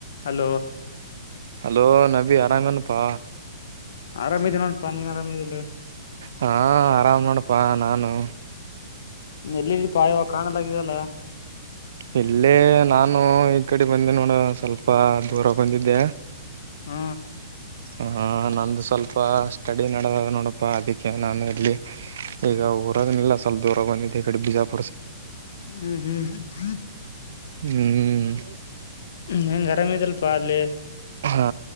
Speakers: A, on the left; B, on the right.
A: Hello
B: hello Nabi ಆರಾಮನಪ್ಪಾ
A: ಆರಾಮಿದೆ ನೋಪಾ ನೀನ್ ಆರಾಮಿದಿಲ್ಲ
B: ಹಾ ಆರಾಮ್ ನೋಡಪ್ಪಾ ನಾನು
A: ಎಲ್ಲಿಪಾ ಈವಾಗ ಕಾಣಲಾಗಿದೆಲ್ಲ
B: ಇಲ್ಲೇ ನಾನು ಈ ಕಡೆ ಬಂದೆ ನೋಡ ಸ್ವಲ್ಪ ದೂರ ಬಂದಿದ್ದೆ
A: ಹ್ಮ
B: ಆಹ ನಂದು ಸ್ವಲ್ಪ ಸ್ಟಡಿ ನಡದ ನೋಡಪ್ಪಾ ಅದಿಕ್ಕೆ ನಾನು ಇಲ್ಲಿ ಈಗ ಊರಾಗನಿಲ್ಲ ಸ್ವಲ್ಪ ದೂರಾಗ ಬಂದಿದ್ದೆ ಈ ಕಡೆ ಬಿಜಾಪು
A: ಹ್ಮ್ ಹ್ಮ್
B: ಹ್ಮ್
A: ಹೆಂಗ್ ಆರಾಮ್ ಇದಲ್ಪ ಪಾಲೆ
B: ಹಾ